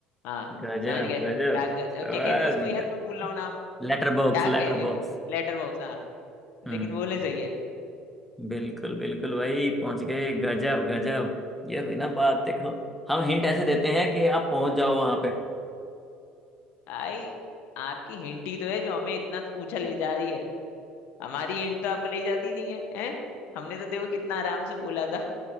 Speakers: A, on the left (about 70°); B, in the centre.
A: हाँ
B: गजब
A: समझ गए
B: गजब
A: डाक क्या
B: समझ
A: कहते हैं उसको यार
B: गज
A: मैं भूल रहा हूँ नाम
B: लेटर बॉक्स
A: डाक
B: लेटर
A: है लेकिन
B: बॉक्स
A: Letter box हाँ लेकिन
B: हम्म
A: बोले सही है
B: बिल्कुल बिल्कुल भाई पहुंच गए गजब गजब ये हुई ना बात देखो हम हिंट ऐसे देते हैं कि आप पहुंच जाओ वहां पे
A: आई आपकी हिंट ही तो है जो हमें इतना ऊंचा ले जा रही है हमारी हिंट तो आपको ले जाती नहीं है हैं हमने तो देखो कितना आराम से बोला था